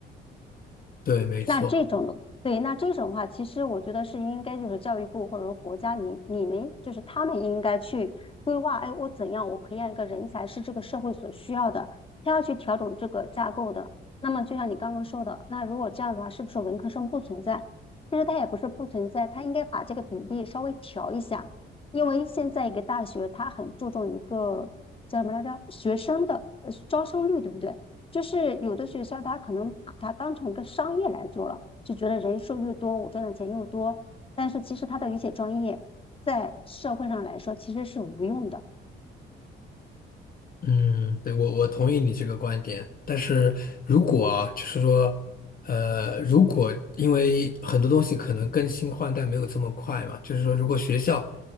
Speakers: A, on the left; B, on the left.
A: 对，没错。
B: 那这种的，对，那这种的话，其实我觉得是应该就是教育部或者说国家，你你们就是他们应该去规划，哎，我怎样我培养一个人才是这个社会所需要的，他要去调整这个架构的。那么就像你刚刚说的，那如果这样的话，是不是文科生不存在？其实他也不是不存在，他应该把这个比例稍微调一下，因为现在一个大学它很注重一个叫什么来着，学生的呃招生率，对不对？就是有的学校他可能把它当成一个商业来做了，就觉得人数越多，我赚的钱又多。但是其实他的一些专业在社会上来说其实是无用的，
A: 嗯，对，我我同意你这个观点，但是如果啊，就是说，呃，如果因为很多东西可能更新换代没有这么快嘛，就是说，如果学校